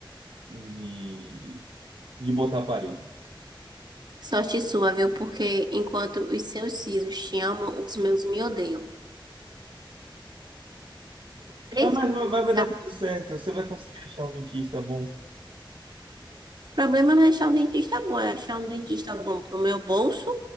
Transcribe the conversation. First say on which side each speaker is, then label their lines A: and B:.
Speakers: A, on the right (about 75°); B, on the right (about 55°).
A: de, de botar aparelho.
B: Sorte sua, viu? Porque enquanto os seus sisos te amam, os meus me odeiam. Certeza.
A: Ah, Mas vai, vai dar tudo certo, você vai conseguir achar um dentista bom.
B: O problema não é achar um dentista bom, é achar um dentista bom para o meu bolso